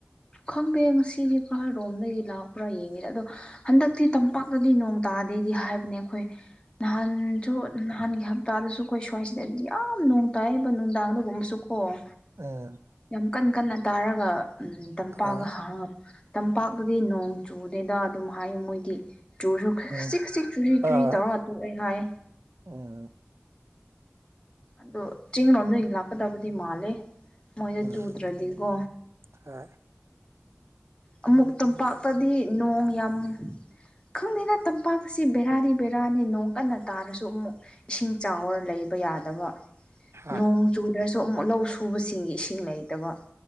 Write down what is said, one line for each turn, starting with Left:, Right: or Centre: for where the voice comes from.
Left: ꯈꯪꯗꯦ ꯉꯁꯤꯗꯤ ꯈꯔꯣꯝꯗꯒꯤ ꯂꯥꯛꯕ꯭ꯔꯥ ꯌꯦꯡꯉꯤꯗ ꯑꯗꯣ ꯍꯟꯗꯛꯇꯤ ꯇꯝꯄꯥꯛꯇꯗꯤ ꯅꯣꯡ ꯇꯥꯗꯦꯗꯤ ꯍꯥꯏꯕꯅꯦ ꯑꯩꯈꯣꯏ ꯅꯍꯥꯟꯁꯨ ꯅꯍꯥꯟꯒꯤ ꯍꯞꯇꯥꯗꯁꯨ ꯑꯩꯈꯣꯏ ꯁ꯭ꯋꯥꯏꯁꯤꯗꯗꯤ ꯌꯥꯝ ꯅꯣꯡ ꯇꯥꯏꯌꯦꯕ ꯅꯨꯡꯗꯥꯡꯗꯒꯨꯝꯕꯁꯨ ꯑꯣ
Right: ꯑꯝ
Left: ꯌꯥꯝ ꯀꯟ ꯀꯟꯅ ꯇꯥꯔꯒ ꯎꯝ ꯇꯝꯄꯥꯛꯒ
Right: ꯍꯣꯏ
Left: ꯍꯥ ꯇꯝꯄꯥꯛꯇꯗꯤ ꯅꯣꯡ ꯆꯨꯗꯦꯗ ꯑꯗꯨꯝ ꯍꯥꯏ ꯃꯣꯏꯗꯤ ꯆꯨꯔꯁꯨ ꯈꯖꯤꯛ
Right: ꯎꯝ
Left: ꯈꯖꯤꯛ ꯆꯨꯔꯤ
Right: ꯍꯣꯏ
Left: ꯆꯨꯔꯤ ꯇꯧꯔ ꯇꯣꯛꯑꯦ ꯍꯥꯏ
Right: ꯎꯝ
Left: ꯑꯗꯣ ꯆꯤꯡ ꯂꯣꯝꯗꯗꯤ ꯂꯥꯛꯀꯗꯕꯗꯤ ꯃꯥꯜꯂꯦ ꯃꯣꯏꯗ
Right: ꯎꯝ
Left: ꯆꯨꯗ꯭ꯔꯗꯤꯀꯣ
Right: ꯍꯣꯏ
Left: ꯑꯃꯨꯛ ꯇꯝꯄꯥꯛꯇꯗꯤ ꯅꯣꯡ ꯌꯥꯝ ꯈꯪꯗꯦꯗ ꯇꯝꯄꯥꯛꯁꯤ ꯕꯦꯔꯥꯗꯤ ꯕꯦꯔꯥꯅꯤ ꯅꯣꯡ ꯀꯟꯅ ꯇꯥꯔꯁꯨ ꯑꯃꯨꯛ ꯏꯁꯤꯡ ꯆꯥꯎꯔ ꯂꯩꯕ ꯌꯥꯗ ꯗꯕ
Right: ꯍꯣꯏ
Left: ꯅꯣꯡ ꯆꯨꯗ꯭ꯔꯁꯨ ꯑꯃꯨꯛ ꯂꯧ ꯁꯨꯕꯁꯤꯡꯒꯤ ꯏꯁꯤꯡ ꯂꯩꯇꯕ